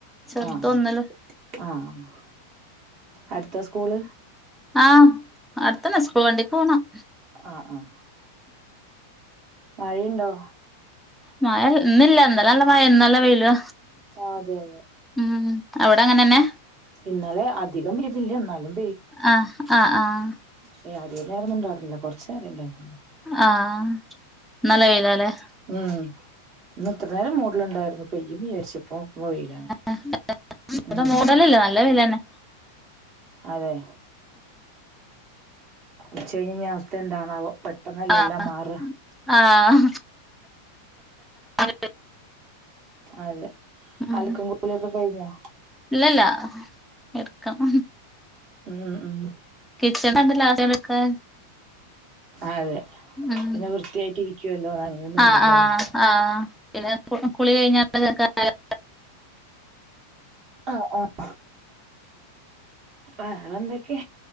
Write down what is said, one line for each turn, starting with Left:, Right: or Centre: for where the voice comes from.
Centre: ചെറുത്
Right: ആഹ്
Centre: ഒന്നില്
Right: ആ ഹ് അടുത്താ സ്കൂള്?
Centre: ആഹ് അടുത്തന്നേ സ്കൂൾ വണ്ടിക്ക് പോണം.
Right: ആഹ് ആഹ് മഴയുണ്ടോ?
Centre: മഴ ഇന്ന്ല്ല ഇന്നലേ നല്ല മഴ ഇന്ന് നല്ല വെയില
Right: ആഹ് അതെ അതെ
Centre: ഉം അവിടങ്ങനെ തന്നെ?
Right: ഇന്നലെ അധികം പെയ്തില്ല ഇന്നാലും
Centre: ആഹ് ആ ഹ്ആഹ്
Right: ഏയ്യ് അധിക നേരൊന്നൊണ്ടായിരുന്നില്ല കൊറച്ചു നേരം ഉണ്ടായിരുന്നു
Centre: ആഹ് ഇന്ന് നല്ല വെയിലാല്ലേ
Right: ഉം ഇന്ന് ഇത്ര നേരം മൂഡിലണ്ടായിരുന്നു പെയ്യും വിചാരിച്ചപ്പ വെയിലാണ്
Centre: ആഹ് ഇവിടെ
Right: ഉം
Centre: മൂഡലല്ലേ നല്ല വെയില് തന്നെ
Right: അതെ ഉച്ച കഴിഞ് കഴിഞ്ഞാൽ അവസ്ഥ എന്താണാവൊ പെട്ടെന്നല്ലെ
Centre: ആഹ്
Right: എല്ലാം മാറ
Centre: ആഹ് <inaudible>
Right: അതെ
Centre: ഉം
Right: അൽക്കും കുളിയൊക്കെ കഴിഞ്ഞോ
Centre: ഇല്ലല്ല എടുക്കണം
Right: ഉം ഉം
Centre: കിച്ചൻ <unintelligible> ആദ്യം എടുക്കാ
Right: അതെ
Centre: ഉം
Right: പിന്നെ വൃത്തിയായിട്ട് ഇരിക്കുവല്ലോ അങ്ങയൊന്നും ഇല്ലല്ലോ
Centre: ആഹ് ആഹ്
Right: അല്ലെ
Centre: ആഹ് പിന്നെ കുളി കഴിഞ്ഞാൽ <unintelligible> ആഹ്
Right: ആഹ് ആഹ് വേറെ എന്തൊക്കെ